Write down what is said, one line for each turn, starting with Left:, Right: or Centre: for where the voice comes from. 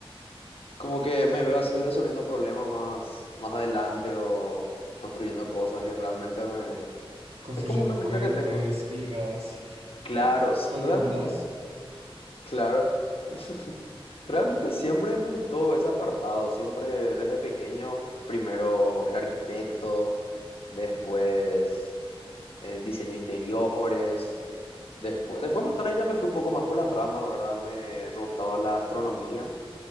Left: Como que me veo así resolviendo problemas más, más adelante o construyendo cosas y realmente me...
Right: construyendo
Left: Es como una meta
Right: puentes,
Left: que tengo.
Right: vigas, <laughs>
Left: Claro, s-
Right: columnas,
Left: realmente, claro. <laughs> Realmente siempre me gustó ese apartado, siempre desde pequeño, primero el arquitecto, después en diseño de interiores. Después, después más tarde ya me fui un poco más por las ramas, ¿verdad? Me, me gustaba la astronomía,